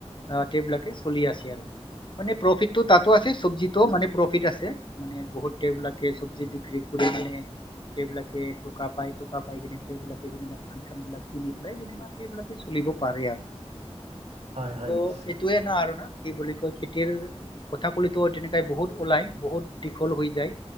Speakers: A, on the left; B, on the right.
A: আহটবিলাকে চলি আছে আৰু মানে প্ৰফিতটো তাতো আছে চব্জিতো মানে প্ৰফিত আছে মানে বহুতে এইবিলাক এ চব্জি বিক্ৰী কৰি। <inaudible> তেওঁবিলাকে টোককা পাই টোককা পাই কিনে তেওঁবিলাকে যেনা ধান চান বিলাক কিনি পেলাই যেনিবা সেইবিলাকে চ পাৰে আৰু
B: হয়, হয়,
A: ত'
B: নিশ্চয়।
A: এইটোয়ে না আৰু না কি বুলি কয় খেতিৰ কথা কলিতো তেনেকাই বহুত ওলাই বহুত দীঘল হৈ যায়।